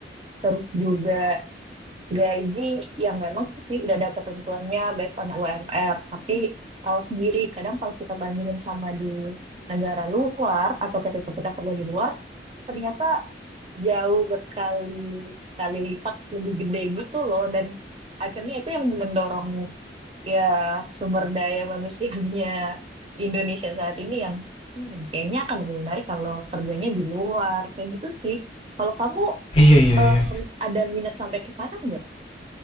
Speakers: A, on the right; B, on the left.
A: terus juga Gaji yang memang sih udah ada ketentuannya based on UMR, tapi tahu sendiri kadang kalau kita bandingin sama di negara luar atau ketika kita kerja di luar, ternyata jauh berkali-kali lipat lebih gede gitu loh dan akhirnya itu yang mendorong ya sumber daya manusianya di Indonesia saat ini yang "Hmm, kayaknya akan lebih menarik kalau kerjanya di luar kayak gitu sih. Kalau kamu
B: Iya, iya,
A: em,
B: iya.
A: ada minat sampai ke sana nggak?